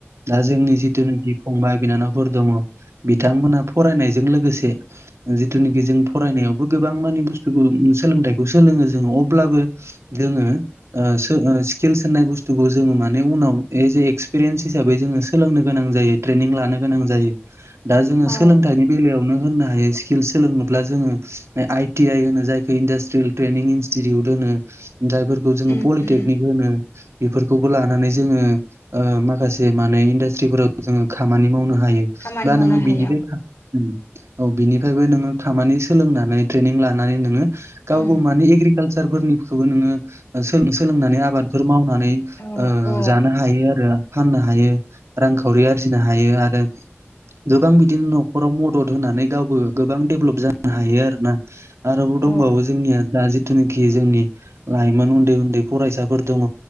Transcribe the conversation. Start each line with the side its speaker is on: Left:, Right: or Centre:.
Right: दा जोंनि जिथुनाखि फंबाय बिनानावफोर दङ बिथांमोना फरायनायजों लोगोसे जिथुनिखि जों फरायनायावबो गोबां माने बुस्थुखौ सोलोंथाइखौ सोलोङो जों अब्लाबो जोङो ओ सो-स्किल्स होननाय बुस्थुखौ जोङो माने उनाव ए जे एक्सपिरेन्स हिसाबै जोङो सोलोंनो गोनां जायो ट्रेनिं लानो गोनां जायो दा जोङो
Left: औ
Right: सोंलोंथाइनि बेलायाव नो होननो हायो स्किल सोंलोंनोबा जोङो आइ ति आइ होनो जायखौ इनड्रास्त्रियेल ट्रेनिं इनस्टिटिउट बो ओनो जायफोरखौ जोङो
Left: उम
Right: पलिटेकनिक
Left: उम
Right: बो होनो बेफोरखौबो लानानै जोङो ओ माखासे माने इन्डास्ट्रिफोराव जोङो खामानि मावनो हायो
Left: खामानि
Right: दा
Left: मावनो
Right: नोङो
Left: हाया
Right: बिनिफाय उम औ बिनिफायबो नोङो खामानि सोलोंनानै ट्रेनिं लानानै नोङो गावबो
Left: उम
Right: माने एग्रिकालसार फोरनिखौबो नोङो सोल-सोलोंनानै आबादफोर मावनानै
Left: औ
Right: ओ
Left: औ
Right: जानो हायो आरो फाननो हायो रांखावरि आरजिनो हायो आरो गोबां बिदिनो न'खराव म मदद होनानै गावबो गोबां डेभलप जानो हायो आरो ना। आरोबाव दंबावो
Left: औ
Right: जोंनिया दा जिथुनाखि जोंनि लाइमोन उन्दै उन्दै फरायसाफोर दङ।